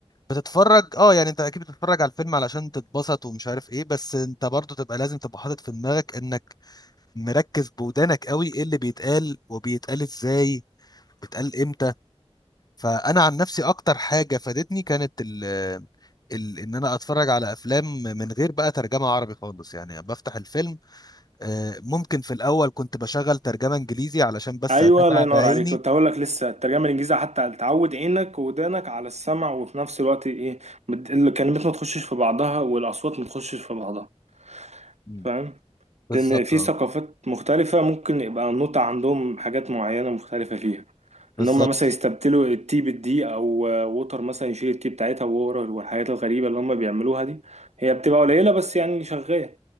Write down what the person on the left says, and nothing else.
بتتفرج اه يعني انت اكيد بتتفرج على الفيلم علشان تتبسط ومش عارف ايه بس انت برضو تبقى لازم تبقى حاطط في دماغك انك مركز بودانك قوي ايه اللي بيتقال وبيتقال ازاي بيتقال امتى فانا عن نفسي اكتر حاجه فادتني كانت ال ال ان انا اتفرج على افلام من غير بقى ترجمه عربي خالص يعني بفتح الفيلم آه، ممكن في الاول كنت بشغل ترجمه انجليزي علشان بس
اتابع
بعيني
مم.
بالظبط
اه
بالظبط